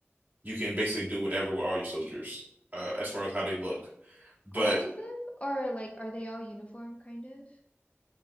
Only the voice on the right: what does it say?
you can basically do whatever with all your soldiers, uh, as far as how they look. But